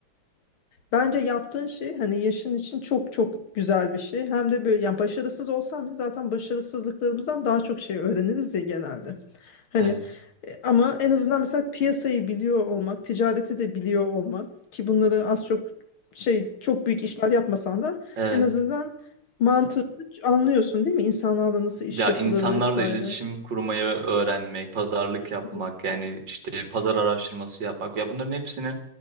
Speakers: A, on the left; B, on the right.
A: Bence yaptığın şey hani yaşın için çok çok güzel bir şey. Hem de böyle yani başarısız olsam biz zaten başarısızlıklarımızdan daha çok şey öğreniriz ya genelde. Hani
B: Evet,
A: e, ama en azından mesela piyasayı biliyor olmak, ticareti de biliyor olmak ki bunları az çok şey çok büyük işler yapmasan da
B: evet.
A: en azından mantığı anlıyorsun değil mi? İnsanlarla nasıl iş
B: Ya
A: yapılır
B: insanlarla
A: vesaire.
B: iletişim kurmayı öğrenmek, pazarlık
A: Hı
B: yapmak,
A: hı.
B: yani işte pazar araştırması yapmak. Ya bunların hepsini